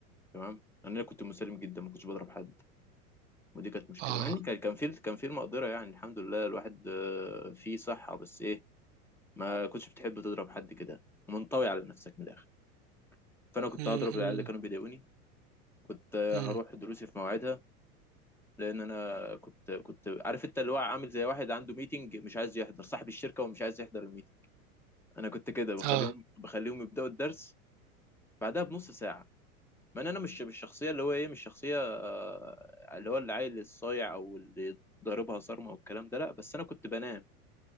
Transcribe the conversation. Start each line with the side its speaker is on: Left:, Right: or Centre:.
Centre: تمام لان انا كنت مسالم جدا ما كنتش بضرب حد ودي كانت مشكله
Right: اه
Centre: مع ان كان كان في كان في المقدره يعني الحمد لله الواحد آه، فيه صحه بس ايه ما كنتش بتحب تضرب حد كده منطوي على نفسك من الاخر فانا كنت
Right: مم.
Centre: هضرب
Right: مم.
Centre: العيال اللي كانوا بيضايقوني كنت آه،
Right: مم.
Centre: هروح دروسي في مواعيدها لان انا كنت كنت عارف انت اللي هو عامل زي واحد عنده ميتنج مش عايز يحضر صاحب الشركه ومش عايز يحضر الميتنج انا كنت كده بخليهم
Right: اه
Centre: بخليهم يبداوا الدرس بعدها بنص ساعه ما انا أنا مش مش الشخصيه اللي هو ايه مش شخصيه آه، اللي هو العيل الصايع او اللي ضاربها صارمه والكلام ده لا بس انا كنت بنام